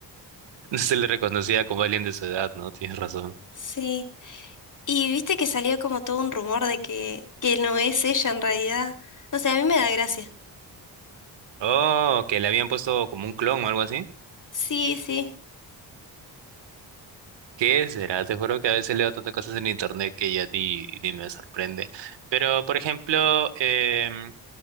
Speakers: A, on the right; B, on the left.
A: No se le reconocía como alguien de su edad, ¿no? Tienes razón.
B: Sí, y viste que salió como todo un rumor de que, que no es ella en realidad. No sé, a mí me da gracia.
A: Oh, que le habían puesto como un clon o algo así.
B: Sí, sí.
A: ¿Qué será? Te juro que a veces leo tantas cosas en internet que ya ni, ni me sorprende. Pero, por ejemplo, em,